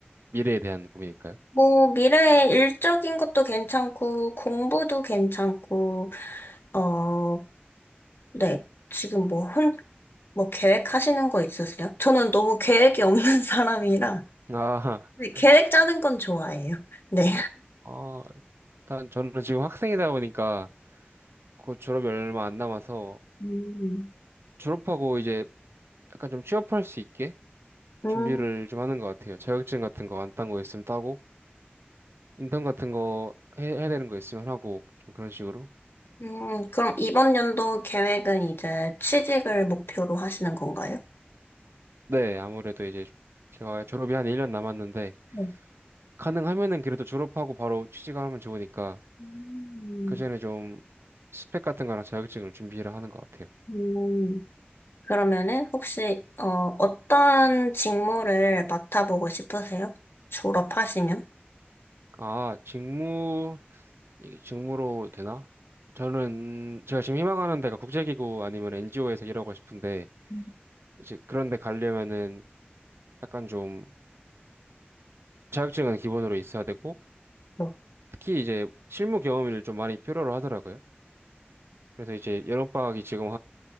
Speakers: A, on the right (about 80°); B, on the left (about 70°).
A: 미래에 대한 고민일까요?
B: 뭐, 미래에 일적인 것도 괜찮고, 공부도 괜찮고, 어, 네. 지금 뭐, 혼, 뭐 계획하시는 거 있으세요? 저는 너무 계획이 없는 <laughs> 사람이라,
A: 아,
B: 네,
A: <laughs>
B: 계획 짜는 건 좋아해요. 네.
A: 어, 일단 저는 지금 학생이다 보니까 곧 졸업이 얼마 안 남아서
B: 음.
A: 졸업하고 이제 약간 좀 취업할 수 있게
B: 음,
A: 준비를 좀 하는 것 같아요. 자격증 같은 거 안 딴 거 있으면 따고, 인턴 같은 거 해, 해야 되는 거 있으면 하고, 좀 그런 식으로.
B: 음, 그럼 이번 연도 계획은 이제 취직을 목표로 하시는 건가요?
A: 네, 아무래도 이제 제가 졸업이 한 1년 남았는데
B: 네.
A: 가능하면은 그래도 졸업하고 바로 취직을 하면 좋으니까
B: 음.
A: 그 전에 좀 스펙 같은 거랑 자격증을 준비를 하는 것 같아요.
B: 음. 그러면은 혹시 어, 어떤 직무를 맡아보고 싶으세요? 졸업하시면?
A: 아, 직무 이게 직무로 되나? 저는 제가 지금 희망하는 데가 국제기구 아니면 NGO에서 일하고 싶은데
B: 음.
A: 이제 그런 데 가려면은 약간 좀 자격증은 기본으로 있어야 되고
B: 어.
A: 특히 이제 실무 경험을 좀 많이 필요로 하더라고요. 그래서 이제 여름방학이 지금